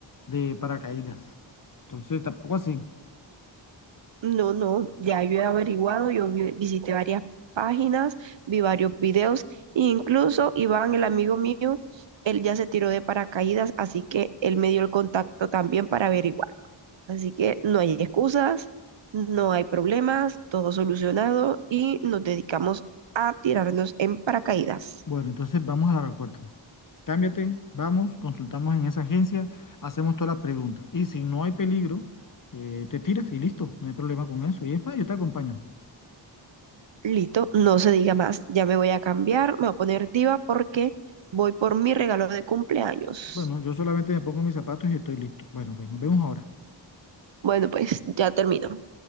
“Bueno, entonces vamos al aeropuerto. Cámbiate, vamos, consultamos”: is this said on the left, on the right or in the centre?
Left